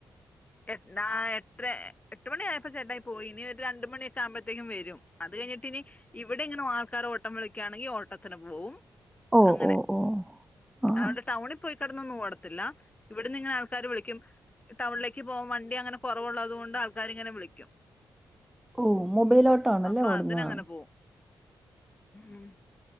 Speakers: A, on the left (about 20°); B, in the centre.
A: എ നാ എട്ടര എട്ടു മണി ആയപ്പൊ ചേട്ടായി പോയി ഇനി ഒരു രണ്ടുമണിയൊക്കെ ആകുമ്പഴത്തേക്കും വരും അത് കഴിഞ്ഞിട്ടിനി ഇവിടെ ഇങ്ങനും ആൾക്കാർ ഓട്ടം വിളിക്കുകയാണെങ്കിൽ ഓട്ടത്തിന് പോവും
B: ഓ
A: അങ്ങനെ
B: ഓ ഓ. ആഹ്.
A: അവിടെ ടൗണിൽ പോയി കെടന്നൊന്നും ഓടത്തില്ല ഇവിടന്ന് ഇങ്ങനെ ആൾക്കാർ വിളിക്കും ടൗണിലേ ക്ക്പോംവണ്ടി അങ്ങനെ കൊറവുള്ളതു കൊണ്ട് ആൾക്കാരിങ്ങനെ വിളിക്കും
B: ഓ മൊബൈലോട്ട ആണല്ലേ
A: അപ്പൊ
B: ഓടന്ന്
A: അതിനങ്ങനെ പോവും ഉം.